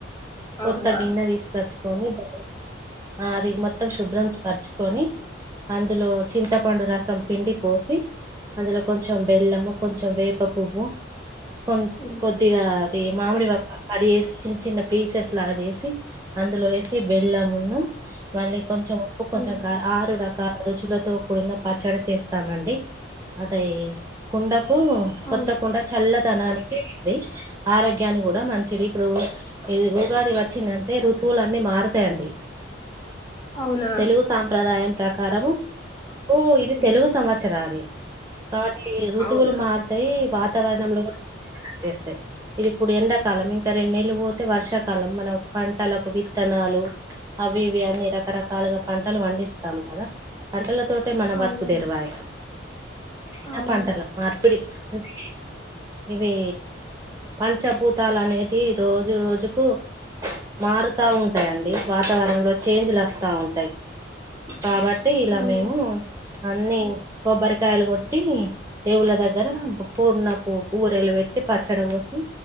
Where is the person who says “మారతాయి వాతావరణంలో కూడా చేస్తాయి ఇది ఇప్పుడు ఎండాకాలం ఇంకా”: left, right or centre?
Right